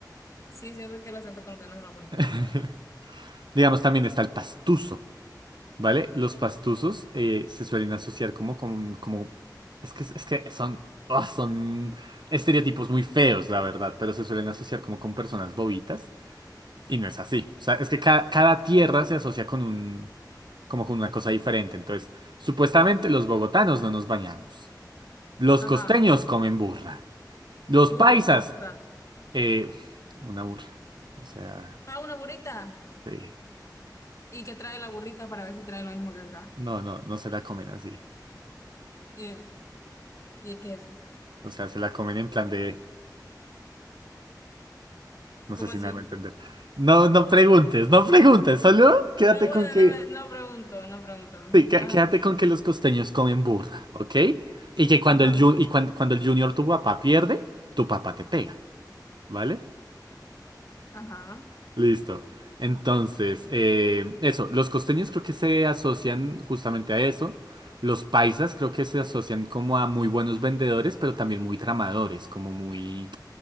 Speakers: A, on the left; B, on the right.
A: Sí, siento que el acento colombiano es el más bonito, la
B: <laughs>
A: verdad. por ejemplo.
B: Digamos, también está el pastuso, ¿vale? Los pastusos eh, se suelen asociar como, como, como... Es que, es que son, ah, son estereotipos muy feos, la verdad, pero se suelen asociar como con personas bobitas Y no es así. O sea, es que ca- cada, tierra se asocia con un, como con una cosa diferente. Entonces, supuestamente los bogotanos no nos bañamos. Los
A: Ajá,
B: costeños comen burra. Los
A: burra,
B: paisas,
A: qué burra.
B: eh, una burra. O sea,
A: Ah, una burrita.
B: sí.
A: ¿Y qué trae la burrita para ver si trae lo mismo que acá?
B: No, no, no se la comen así.
A: ¿Y, y qué es eso?
B: O sea, se la comen en plan de, no
A: ¿Cómo
B: sé si
A: así?
B: me hago entender. No, no preguntes, no preguntes, solo quédate
A: No, bueno,
B: con que
A: no, me- no pregunto, no pregunto.
B: Sí, qué-
A: Ajá,
B: quédate con que los costeños comen burra, ¿ok? Y que cuando
A: ajá,
B: el, ju- y cuan- cuando el junior tu papá pierde, tu papá te pega, ¿vale?
A: ajá.
B: Listo. Entonces, eh, eso, los costeños creo que se asocian justamente a eso. Los paisas creo que se asocian como a muy buenos vendedores, pero también muy tramadores, como muy